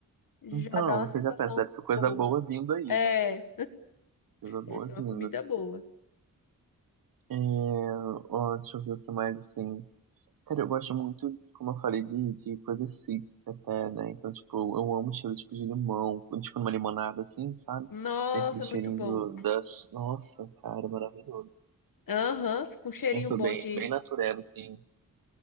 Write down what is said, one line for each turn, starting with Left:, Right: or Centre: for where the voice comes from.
Left: já
Right: Então,
Left: dá uma
Right: você
Left: sensação
Right: já pensa, deve ser coisa
Left: boa.
Right: boa vindo aí,
Left: É,
Right: né? Coisa boa
Left: deve ser uma
Right: vindo.
Left: comida boa.
Right: É, ó, deixa eu ver o que mais, assim. Cara, eu gosto muito, como eu falei, de, de coisa cítrica até, né? Então, tipo, eu amo cheiro tipo de limão, quando, tipo numa limonada assim, sabe?
Left: Nossa,
Right: Tem aquele cheirinho
Left: muito bom.
Right: do, das... Nossa, cara, maravilhoso.
Left: Aham, com cheirinho
Right: Eu sou
Left: bom
Right: bem,
Left: de.
Right: bem natureba, assim.